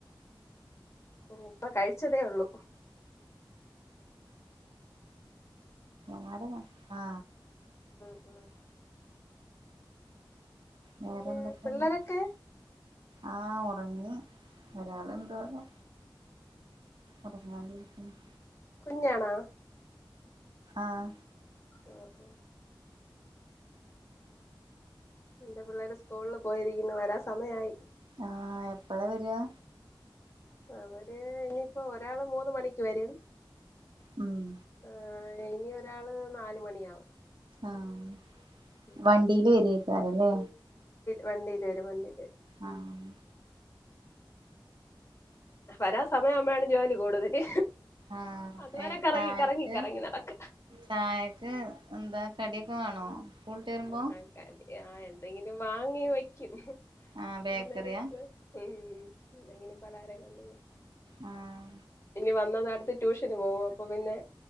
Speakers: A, on the left; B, on the right.
A: ഇപ്പൊ കഴിച്ചതേ ഉള്ളൂ
B: വര ആഹ
A: ഉഹ <inaudible>
B: വേറെന്തൊക്കെയ
A: പിന്നെ പിള്ളേരൊക്കെ
B: ആഹ ഭി <unintelligible> ഒരാൾ എന്തുവാന്നേ ഉറങ്ങാല ഉം <inaudible>
A: കുഞ്ഞാണാ
B: ആഹ
A: ഓ ഓ എന്റെ പിള്ളേര് സ്കൂളിൽ പോയിരിക്കുന്നു വരാ സമയായി
B: ആഹ് എപ്പളാ വരാ
A: അവര് ഇനിയിപ്പോ ഒരാള് മൂന്ന് മണിക്ക് വരും
B: ഉം
A: ആഹ് ഇനി ഒരാള് നാല് മണിയാവും
B: ആഹ
A: ഉം
B: വണ്ടിയില് വരിക്കാറല്ലേ
A: വണ്ടിൽ വരു വണ്ടി
B: ആഹ
A: വരാ സമയം ആകുമ്പഴാണ് ജോലി കൂടുതല്
B: ആഹ
A: അതുവരെ കറങ്ങി
B: ചായക്ക്
A: കറങ്ങി കറങ്ങി നടക്കും
B: ചായക്ക് എന്താ കടി വേണോ സ്കൂള്ട്ട് വരുമ്പോ
A: ആക്കാല ആഹ എന്ത് അന്തെങ്കിലും വാങ്ങി വയ്ക്കും
B: ആഹ് ബേക്കറിയാ
A: ഇറുന്നന് മുമ്പ് ഉ എന്തെങ്കിലും പലാരൊക്ക എന്തെങ്കിലും
B: ആഹ
A: ഇനി വന്നത അടുത്ത് ട്യൂഷന് പോകും അപ്പൊ പിന്നെ